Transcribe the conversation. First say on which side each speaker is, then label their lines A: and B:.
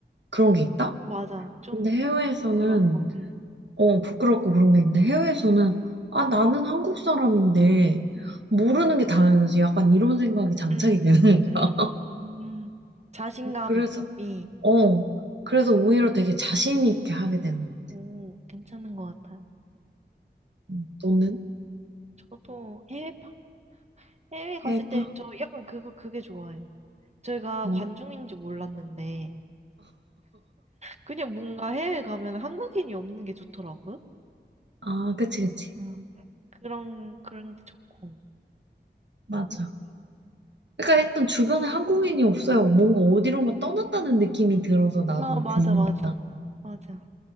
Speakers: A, on the right; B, on the right.
A: 그런 게 있다?
B: 맞아. 좀
A: 근데 해외에서는
B: 부끄럽고, 응.
A: 어 부끄럽고 그런 게 있는데 해외에서는 아 나는 한국 사람인데
B: 응,
A: 모르는 게 당연하지 약간 이런 생각이 장착이
B: 응,
A: 되는
B: 응, 응.
A: 거야.
B: 응. 자신감이,
A: 그래서 어 그래서 오히려 되게 자신 있게 하게 되는 것 같아.
B: 오, 괜찮은 것 같아요.
A: 음, 너는
B: 저도 해외파? 해외 갔을
A: 해봐
B: 때 저 약간 그거, 그게 좋아요. 저희가
A: 뭐?
B: 관중인지 몰랐는데, 그냥 뭔가 해외 가면 한국인이 없는 게 좋더라고요.
A: 아 그치 그치.
B: 음. 그런, 그런 게 좋고.
A: 맞아.
B: 음.
A: 그러니까 일단 주변에 한국인이 없어요. 뭔가 어디론가 떠났다는 느낌이 들어서 나도
B: 아, 맞아,
A: 궁금하다.
B: 맞아. 맞아.